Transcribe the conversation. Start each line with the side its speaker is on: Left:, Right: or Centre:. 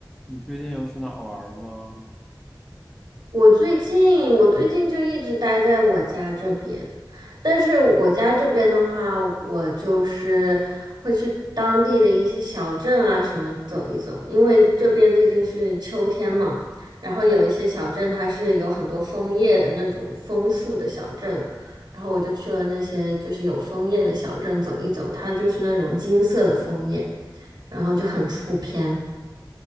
Centre: 你最近有去哪玩儿吗？
Right: 我最近我最近就一直待在我家这边，但是我家这边的话，我就是会去当地的一些小镇啊什么走一走，因为这边最近是秋天嘛，然后有一些小镇它是有很多枫叶的那种枫树的小镇，然后我就去了那些就是有枫叶的小镇走一走，它就是那种金色的枫叶，然后就很出片。